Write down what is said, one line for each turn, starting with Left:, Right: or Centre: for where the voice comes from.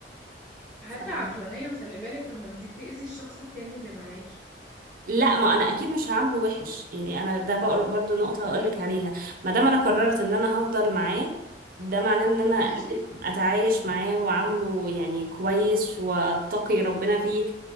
Centre: حتى
Right: اكتر
Centre: عقلانيا خلي بالك طب ما انتي بتأذي الشخص التاني اللي معاكي
Right: لا ما انا اكيد مش هعامله وحش يعني انا ده بقر- برضو نقطة هقولك عليها ما دام انا قررت ان انا هفضل معاه ده معناه ان انا
Centre: ماشي
Right: لازم اتعايش معاه واعامله يعني كويس واتقي ربنا فيه